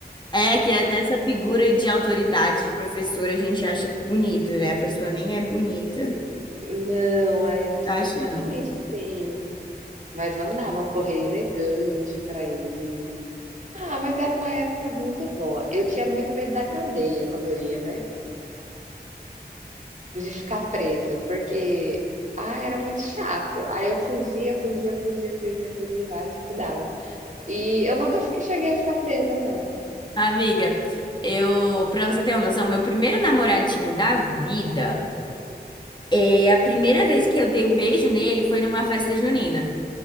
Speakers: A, on the left (about 25°); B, on the right (about 45°).
A: É que é nessa figura de autoridade de professor a gente acha bonito, né? A pessoa nem é bonita,
B: não, aí a pessoa
A: tá achando.
B: é totalmente assim Mas mandavam correr elegante pra ir. Ah, mas era uma época muito boa. Eu tinha muito medo da cadeia quando eu ia, né, de ficar presa, porque, ah, era muito chato. Aí eu fugia, fugia, fugia, fugia, fugia o máximo que dava. E eu nunca fiquei cheguei a ficar presa não.
A: Amiga, eu, pra você ter uma noção, meu primeiro namoradinho da vida, é a primeira vez que eu dei um beijo nele foi numa festa junina.